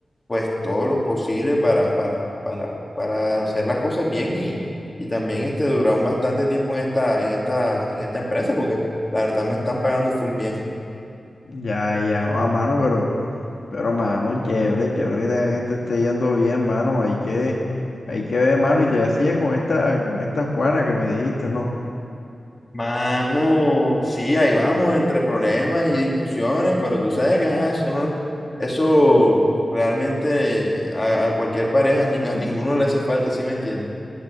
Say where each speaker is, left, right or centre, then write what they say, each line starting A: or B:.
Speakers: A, on the left; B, on the left.
A: pues todo lo posible para, para, para, para hacer las cosas bien y, y también este durar un bastante tiempo en esta, en esta, en esta empresa, porque la verdad me están pagando full bien.
B: Ya, ya, a mano, pero, pero, mano, chévere, chévere que también te esté yendo bien, mano, hay que, hay que ver, mano, y todavía sigues con esta, con esta Juana que me dijiste, ¿no?
A: Mano, sí, ahí vamos entre problemas y discusiones, pero tú sabes que ajá, eso no, eso realmente a, a cualquier pareja, ni a ninguno le hace falta, ¿sí me entiendes?